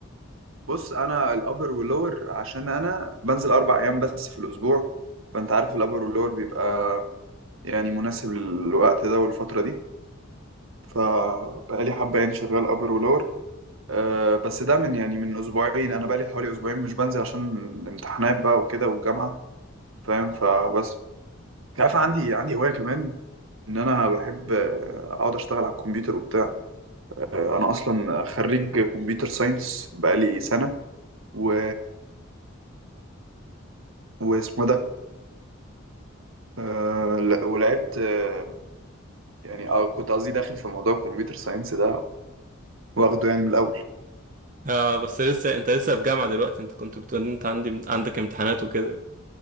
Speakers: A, on the right; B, on the right.
A: بص انا الابر واللور عشان انا بنزل اربع ايام بس في الاسبوع فانت عارف الابر واللور بيبقى يعني مناسب للوقت ده والفتره دي فبقالي حبه يعني شغال ابر ولور أه بس ده من يعني من اسبوعين انا بقالي حوالي اسبوعين مش بنزل عشان الامتحانات بقى وكده والجامعه فاهم فبس انت عارف عندي عندي هوايه كمان ان انا بحب آه، اقعد اشتغل على الكمبيوتر وبتاع انا اصلا خريج كمبيوتر ساينس بقالي سنه و واسمه ده آه لا- ولعبت آه يعني أو كنت قصدي داخل في موضوع الكمبيوتر ساينس ده واخده يعني من الأول
B: آه بس لسه انت لسه في جامعة دلوقتي انت كنت بتقول إن انت عندي عندك امتحانات وكده